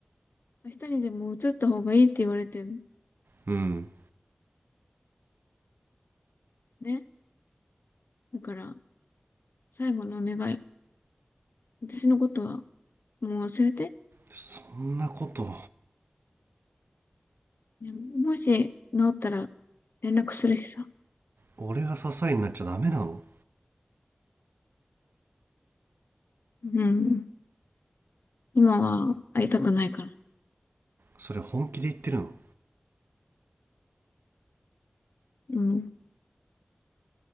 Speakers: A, on the left; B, on the right.
A: 明日にでも移った方がいいって言われてるの。
B: うん
A: ね。だから、最後のお願い。私のことはもう忘れて。
B: そんなこと
A: ねもし治ったら連絡するしさ。
B: 俺が支えになっちゃダメなの
A: うん。今は会いたくないから。
B: それ本気で言ってるの
A: うん。